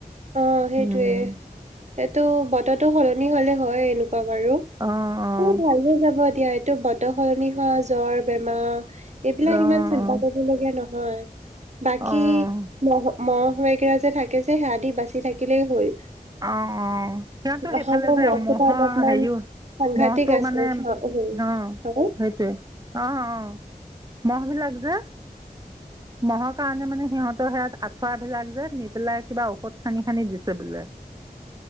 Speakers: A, on the right; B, on the right.
A: অ সেইটোৱে।
B: উম
A: সেইটো বতৰটো সলনি হলে হয় এনেকু বাৰু,
B: অ অ
A: ভালে যাব দিয়া এইটো বতৰ সলনি হোৱা জ্বৰ, বেমাৰ এইবিলাক
B: অ
A: ইমান চিন্তা
B: অ
A: কৰিবলগীয়া নহয হয় বাকি
B: অ',
A: মহ, বেগেৰা যে থাকে যে সেয়া আদি বাচি থাকিলেই হ'ল।
B: আহ, অ, সিহতো
A: অসমৰ
B: সেইফালে যে
A: মহ
B: মহৰ
A: কেইটা অলপমান
B: হেৰিও,
A: সাংঘাতিক
B: মহটো
A: আছে
B: মানে
A: হয়
B: আহ সেইটোয়ে আহ, অ। মহ বিলাক যে মহৰ কাৰণে মানে সিহঁতৰ সেয়াত আঁঠুৱা বিলাক যে নি পেলাই কিবা ঔষধ সানি-সানি দিছে বোলে।